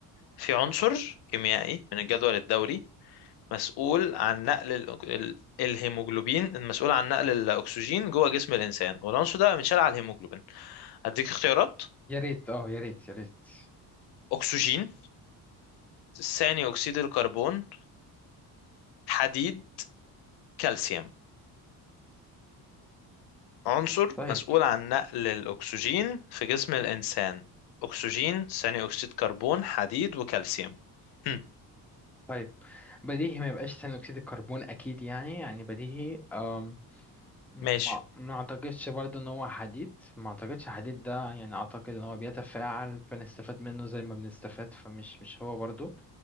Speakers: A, on the left; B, in the centre.
A: في عنصر كيميائي من الجدول الدوري مسؤول عن نقل الأك- ال- الهيموجلوبين المسؤول عن نقل الأكسجين جوه جسم الإنسان والعنصر ده بيتشال على الهيموجلوبين هديك اختيارات
B: يا ريت اه يا ريت يا ريت
A: أكسجين ثاني أكسيد الكربون حديد كالسيوم عنصر
B: طيب
A: مسؤول عن نقل الأكسجين في جسم الإنسان أكسجين ثاني أكسيد كربون حديد وكالسيوم هم.
B: طيب بديهي ما يبقاش ثاني اكسيد الكربون اكيد يعني يعني بديهي أم ما
A: ماشي
B: ما اعتقدش برضه ان هو حديد ما اعتقدش حديد ده يعني اعتقد ان هو بيتفاعل بنستفاد منه زي ما بنستفاد فمش مش هو برضه